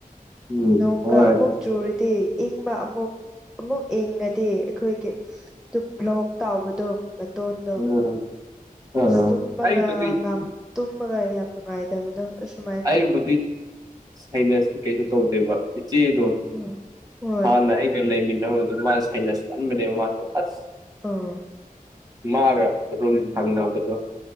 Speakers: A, on the right; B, in the centre.
A: ꯎꯝ
B: ꯅꯣꯡꯒ
A: ꯍꯣꯏ
B: ꯑꯃꯨꯛ ꯆꯨꯔꯗꯤ ꯏꯪꯕ ꯑꯃꯨꯛ ꯑꯃꯨꯛ ꯏꯪꯉꯗꯤ ꯑꯩꯈꯣꯏꯒꯤ ꯑꯗꯨ ꯕ꯭ꯂꯣꯛ ꯇꯥꯎꯕꯗꯣ ꯇꯣꯟꯗ
A: ꯎꯝ ꯑꯥ
B: ꯑꯁ ꯇꯨꯝꯃꯒ
A: ꯑꯩꯕꯨꯗꯤ
B: ꯇꯨꯝꯃꯒ ꯌꯥꯝ ꯅꯨꯡꯉꯥꯏꯇꯕꯗꯣ ꯑꯁꯨꯃꯥꯏ
A: ꯑꯩꯕꯨꯗꯤ ꯁꯩꯅꯁꯤꯗꯤ ꯀꯩꯁꯨ ꯇꯧꯗꯦꯕ ꯏꯆꯦꯗꯣ
B: ꯎꯝ ꯍꯣꯏ
A: ꯍꯥꯟꯅ ꯑꯩꯒ ꯂꯩꯃꯤꯟꯅꯕꯗꯣ ꯃꯥ ꯁꯩꯅꯁ ꯆꯠꯃꯤꯅꯦꯕ ꯃꯥꯁꯨꯣ ꯑꯁ
B: ꯑꯥ
A: ꯃꯥꯒ ꯔꯨꯝꯝ ꯊꯥꯡꯅꯕꯗꯣ